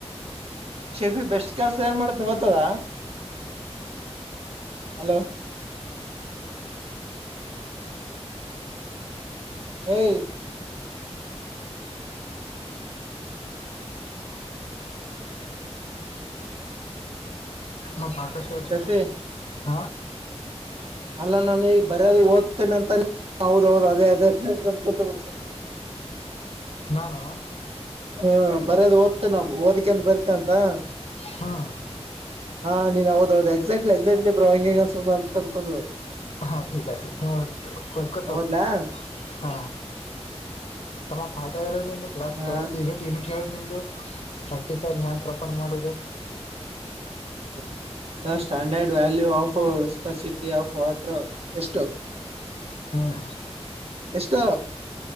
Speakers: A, on the right; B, on the left.
A: ಶೆಫಿ ಬೆಸ್ಟ್ ಕೆಲ್ಸ ಏನ್ ಮಾಡ್ತನ ಗತ್ತದ ಹಲೋ <inaudible>
B: ಮ ಬಾಕಶವರ
A: ಶಫಿ
B: ಹಾ
A: ಅಲ್ಲಾ ನಾನು ಈಗ ಬರ್ಯಾದ ಓದ್ತೇನೆ ಅಂತ ಹೌದೌದ ಅದೇ ಅದೇ ಕುತ್ತಮಡ
B: ನಾನಾ
A: ಹ್ಮ ಬರದು್ ಹದ್ತೇ ನಾವು ಓದಿಕೆ ಅಂತ ಬರಿ ಅ
B: ಹ್ಮ್
A: ಹ ನೀನ್ ಹೌದೌದು ಎಕ್ಸಾಕ್ಟ್ಲಿ ಎಕ್ಸಾಕ್ಟ್ ಬ್ರೋಹಿಂಗ ಅಂತ ಅಂದಕೊಂಡ
B: ಹಾ ಿಕ ಅ ಹ ಹರ್ಕತ್
A: ಹೌದ್ಲಾ
B: ಹೋಗ ಹಾ ತಮ್ಮ ಪಾಠ ಹೇಳೋಂದು ಕ್ಲಸ್
A: ಹಾ
B: ಕ್ಲಸ್ ನಿಟ್ ನಟ್ ಹೇಳ ನಿಮ್ದು ಪ್ರಾಕ್ಟಿಸ ಪ್ರಕ ಮಾಡುದು
A: ಹ the standard value ಆಫ್ಕ city of water ಎಸ್ಟೋನ್
B: ಹ್ಮ್
A: ಎಷ್ಟ